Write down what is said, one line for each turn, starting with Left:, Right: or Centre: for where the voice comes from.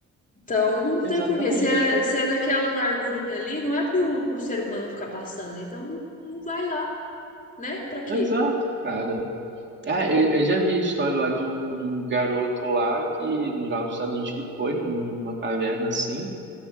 Left: Então não
Right: exatamente.
Left: tem porquê. Se é, se é naquela largurinha ali, não é pro, pro ser humano ficar passando. Então não, não vai lá, né? Pra quê?
Right: Exato, cara. Ah, eu, eu já vi a história lá de um, de um garoto lá que, lá nos Estados Unidos que foi, num- numa caverna assim,